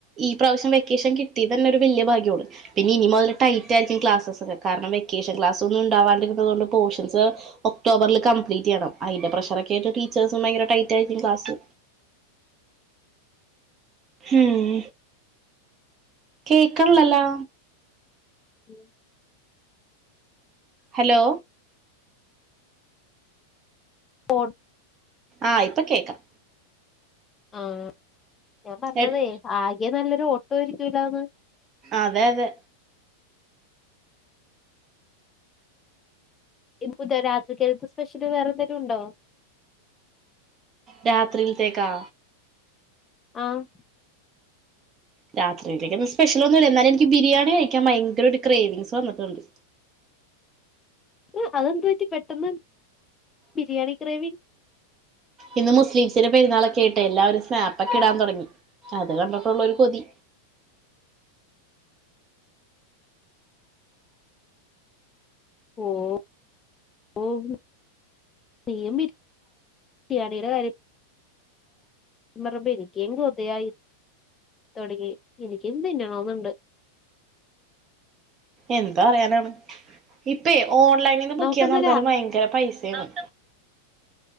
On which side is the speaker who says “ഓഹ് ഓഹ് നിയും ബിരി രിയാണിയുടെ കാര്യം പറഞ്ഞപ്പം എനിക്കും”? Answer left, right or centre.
Left